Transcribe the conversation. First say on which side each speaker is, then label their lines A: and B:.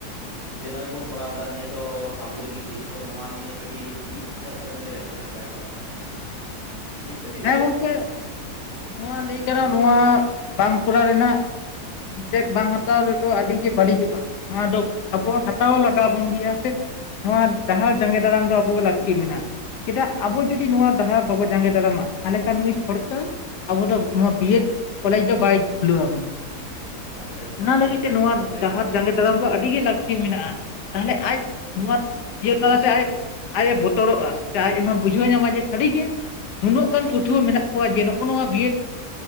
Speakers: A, on the left (about 70°); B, on the left (about 85°).
A: ᱡᱮ ᱱᱚᱜᱼᱚᱭ ᱵᱚᱱ ᱠᱚᱨᱟᱣᱫᱟ ᱱᱤᱭᱟᱹ ᱫᱚ ᱟᱵᱚ ᱞᱟᱹᱜᱤᱫ ᱜᱮ ᱛᱚ ᱱᱚᱣᱟ ᱱᱤᱭᱟᱹ ᱠᱟᱹᱴᱤᱡ ᱢᱤᱫ ᱠᱟᱛᱷᱟ ᱛᱮᱵᱮᱱ ᱞᱟᱹᱭ ᱞᱮᱠᱷᱟᱱ ᱟᱹᱰᱤ ᱱᱟᱯᱟᱭ ᱠᱚᱜᱼᱟ᱾
B: <inaudible>
A: ᱪᱮᱫ ᱠᱷᱟᱹᱛᱤᱨ
B: ᱦᱮᱸ
A: ᱛᱮ
B: ᱜᱚᱝᱠᱮ ᱱᱚᱣᱟ ᱞᱟᱹᱭ ᱜᱟᱱᱚᱜ ᱱᱚᱣᱟ ᱵᱟᱝ ᱠᱚᱨᱟᱣ ᱨᱮᱱᱟᱜ ᱩᱫᱽᱫᱮᱠ ᱵᱟᱝ ᱦᱟᱛᱟᱣ ᱨᱮᱫᱚ ᱟᱹᱰᱤ ᱜᱮ ᱵᱟᱹᱲᱤᱡᱚᱜᱼᱟ᱾ ᱱᱚᱣᱟ ᱫᱚ ᱟᱵᱚ ᱦᱟᱛᱟᱣ ᱞᱟᱜᱟᱣ ᱵᱚᱱ ᱜᱮᱭᱟ ᱥᱮ ᱱᱚᱣᱟ ᱰᱟᱦᱟᱨ ᱡᱟᱸᱜᱮ ᱫᱟᱨᱟᱢ ᱫᱚ ᱟᱵᱚ ᱞᱟᱹᱠᱛᱤ ᱢᱮᱱᱟᱜᱼᱟ᱾ ᱪᱮᱫᱟᱜ ᱟᱵᱚ ᱡᱩᱫᱤ ᱱᱚᱣᱟ ᱰᱟᱦᱟᱨ ᱵᱟᱵᱚ ᱡᱟᱸᱜᱮ ᱫᱟᱨᱟᱢᱟ, ᱛᱟᱦᱚᱞᱮ ᱠᱷᱟᱱ ᱱᱩᱭ ᱥᱚᱨᱠᱟᱨ ᱟᱵᱚ ᱫᱚ ᱱᱚᱣᱟ ᱵᱤᱭᱮᱰ ᱠᱚᱞᱮᱡᱽ ᱫᱚ ᱵᱟᱭ ᱠᱷᱩᱞᱟᱹ ᱟᱵᱚᱱᱟ
A: ᱟᱪᱪᱷᱟ ᱟᱪᱪᱷᱟ
B: ᱚᱱᱟ
A: ᱟᱹᱰᱤ
B: ᱞᱟᱹᱜᱤᱫ
A: ᱱᱟᱯᱟᱭ
B: ᱛᱮ ᱱᱚᱣᱟ
A: ᱠᱟᱛᱷᱟ ᱵᱮᱱ ᱞᱟᱹᱭ
B: ᱰᱟᱦᱟᱨ
A: ᱠᱟᱫᱟ
B: ᱡᱟᱸᱜᱮ ᱡᱚᱵᱟᱵ ᱫᱚ ᱟᱹᱰᱤᱜᱮ ᱞᱟᱹᱠᱛᱤ ᱢᱮᱱᱟᱜᱼᱟ ᱛᱟᱦᱚᱞᱮ ᱟᱡ ᱱᱚᱣᱟ ᱤᱭᱟᱹ ᱛᱟᱞᱟᱛᱮ ᱟᱡ ᱟᱡ ᱮ ᱵᱚᱛᱚᱨᱚᱜᱼᱟ ᱥᱮ ᱟᱡ ᱦᱚᱸᱭ ᱵᱩᱡᱷᱟᱹᱣ ᱧᱟᱢᱟ ᱡᱮ ᱥᱟᱹᱨᱜᱮ ᱱᱩᱱᱟᱹᱜ ᱜᱟᱱ ᱯᱟᱹᱴᱷᱩᱣᱟᱹ ᱢᱮᱱᱟᱜ ᱠᱚᱣᱟ ᱡᱮ ᱱᱚᱜᱼᱚ ᱱᱚᱣᱟ ᱵᱷᱤᱭᱮᱴ